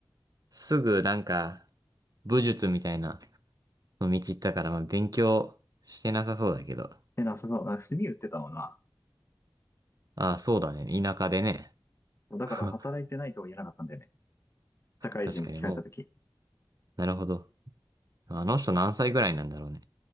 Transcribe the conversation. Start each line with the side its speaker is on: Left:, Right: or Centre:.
Right: すぐなんか、武術みたいなの道行ったから、まあ、勉強してなさそうだけど。
Left: で、なさそう。なんか炭売ってたもんな。
Right: ああ、そうだね。田舎でね。
Left: だから働いてないとは言えなかったんだよね。
Right: <laughs>
Left: 社会人って聞かれた時。
Right: 確かにもう、なるほど。あの人何歳ぐらいなんだろうね。